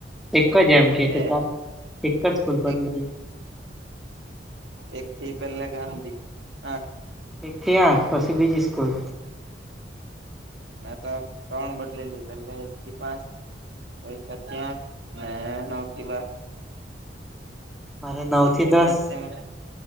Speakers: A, in the centre; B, on the right.
A: એક જ એમ કે
B: બે
A: તો ચાલ એક જ ખૂલ પર
B: એક
A: લઈ
B: એક થ પહેલે કા આઠ
A: એકથી આઠ પછી બીજી સ્કૂલ
B: મેં તો ત્રણ બદલેલી પે એક થી પાંચ પ છ્યા હ નોકીવા
A: મારે નવ
B: એકથી
A: થી દસ
B: પાચમાં